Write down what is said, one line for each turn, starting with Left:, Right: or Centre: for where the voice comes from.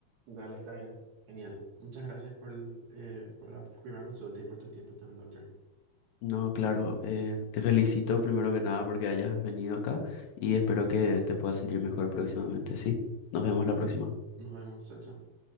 Right: Dale, está bien. Genial. Muchas gracias por, el, eh, por la primera consulta y por tu tiempo también, doctor.
Left: No, claro, eh, te felicito primero que nada porque hayas venido acá y espero que te puedas sentir mejor próximamente. Sí, nos vemos la próxima.
Right: Nos vemos. Chao, chao.